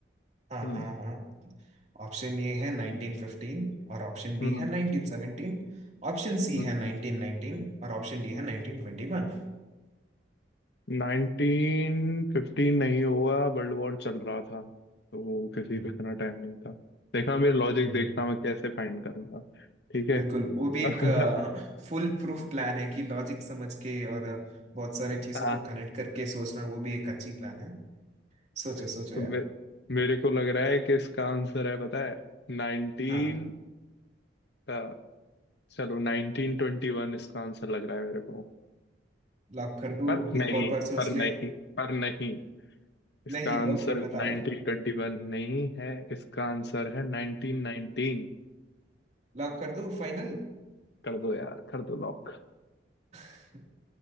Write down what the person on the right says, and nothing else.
हाँ
हाँ हाँ ऑप्शन ए है 1915 और ऑप्शन बी
है 1917 ऑप्शन सी
है 1919 और ऑप्शन डी है 1921
हम्म
हम्म
हम्म।
बिल्कुल वो भी एक
फुल प्रूफ प्लान है कि लॉजिक समझ के और अ, बहुत सारे चीजों
को कनेक्ट करके सोचना वो भी एक अच्छी प्लान है सोचो सोचो
यार
हाँ
लॉक कर दूं
एक और बार सोच
ले
नहीं
ओके बताओ
लॉक कर दूं फाइनल
<laughs>